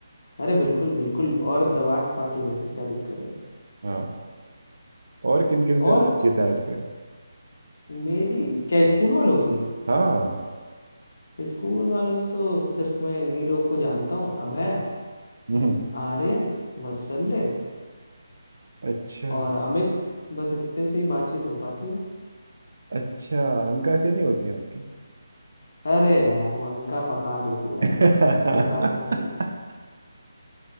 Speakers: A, on the left; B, on the right.
A: अरे बिल्कुल बिल्कुल और दबा के पार्टी लेंगे क्या दिक्कत है
B: हाँ और किन किन से
A: और
B: बातचीत है आजकल
A: मेरी क्या स्कूल वालों की
B: हाँ
A: स्कूल वालों से तो सिर्फ मैं इन्हीं लोग को जानता हूँ अभय
B: हम्म,
A: आर्यन वत्सल्य
B: अच्छा
A: और अमित बस इतने से ही बातचीत हो पाती है
B: अच्छा अंकाक्षरी नहीं होती आपकी
A: अरे यार वो अनका पका देती है यार
B: <laughs>
A: उससे बात नहीं करना चाहिए
B: आ,